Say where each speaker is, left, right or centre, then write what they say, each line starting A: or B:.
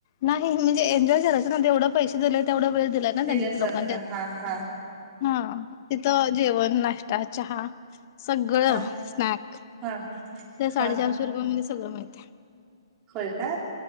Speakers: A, on the left; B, on the right.
A: नाही म्हणजे एन्जॉय करायचं ना तेवढं पैसे दिले तेवढा वेळ दिलाय ना
B: दिल्यासारखं
A: त्यांनी लोकां देत
B: हा हा
A: हा तिथं जेवण नाश्ता चहा सगळं
B: हा
A: स्नॅक
B: हा
A: त्या साडेचारशे
B: हा
A: रुपयामध्ये सगळं मिळतय
B: होय का